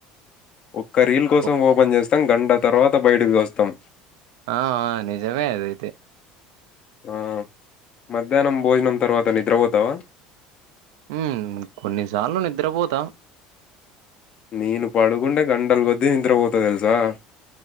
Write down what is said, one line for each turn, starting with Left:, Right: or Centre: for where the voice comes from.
Left: ఒక్క రీల్ కోసం
Right: కొ
Left: ఓపెన్ చేస్తాం గంట తర్వాత బయటకి వస్తం
Right: ఆ నిజమే అది అయితే
Left: ఆ మధ్యాహ్నం భోజనం తర్వాత నిద్రపోతావా
Right: ఉ కొన్నిసార్లు నిద్రపోతా
Left: నేను పడుకుంటే గంటల కొద్దీ నిద్రపోతా తెలుసా